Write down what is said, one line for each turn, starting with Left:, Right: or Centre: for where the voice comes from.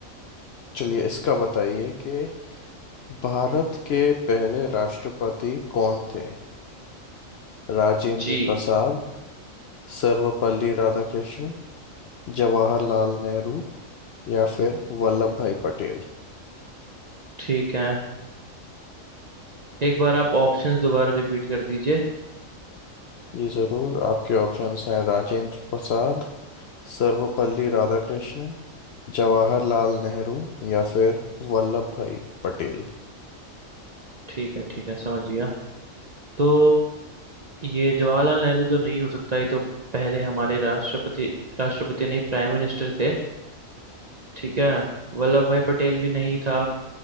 Left: चलिए इसका बताइए कि भारत के पहले राष्ट्रपति कौन थे राजेंद्र
Right: जी
Left: प्रसाद सर्वपल्ली राधाकृष्ण जवाहरलाल नेहरू या फिर वल्लभ भाई पटेल
Right: ठीक है एक बार आप ऑप्शंस दोबारा रिपीट कर दीजिए
Left: ये जरूर आपके ऑप्शंस हैं राजेंद्र प्रसाद सर्वपल्ली राधाकृष्ण जवाहरलाल नेहरू या फिर वल्लभ भाई पटेल
Right: ठीक है ठीक है समझ गया तो ये जवाहरलाल नेहरू तो नहीं हो सकता ये तो पहले हमारे राष्ट्रपति राष्ट्रपति नहीं प्राइम मिनिस्टर थे ठीक है वल्लभ भाई पटेल भी नहीं था